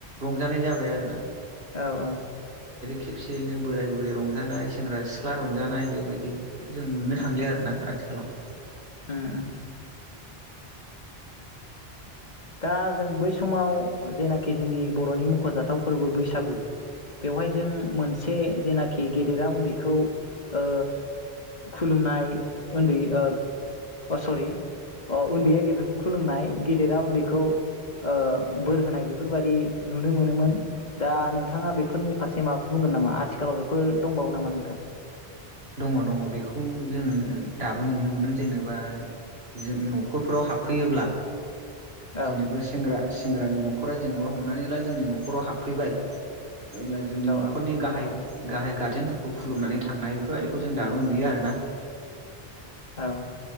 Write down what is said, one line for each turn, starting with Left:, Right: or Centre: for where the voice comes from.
Right: रंजानाय जाबाय आरो ना।
Left: औ औ
Right: खेबसेयैनो बोराय बुरै रंज जानाय, सेंग्रा सिख्ला रंजानाय बेबायदि जों नुनो
Left: उम
Right: थांलिया आरो ना आथिखालाव
Left: उम उम दा जों बै समाव जेनाखि जोंनि बर'नि मख'जाथाव फोरबो बैसागु बेवहाय जों मोनसे जेनाखि गे देरा उन्दैखौ ओ खुलुमनाय उन्दै ओ अ सरि उन्दैया गेदेरखौ खुलुमनाय, गेदेरा उन्दै खौ ओ बोर होनाय बेफोरबादि नुनो मोनोमोन दा नोंथाङा बेफोरनि फारसे माबाफोर बुंगोन नामा? आथिखालाव बेफोर दंबावो नामा नोंथां?
Right: दङ' दङ', बेखौ जोङो दाबो नुनो मोनो, जेनेबा जों न'खरफ्राव हाबफैयोब्ला
Left: औ
Right: जेनेबा सेंग्रा सेंग्रानि न'खरा जेनेबा हमनानै ला जोंनि न'खराव हाबफैबाय अब्ला जोंनि न'खरनि
Left: औ
Right: गाहाय गाहाय गार्जेनफोरखौ खुलुमनानै थांनाय बेफोरबायदिखौ जों दाबो नुयो आरो ना।
Left: औउ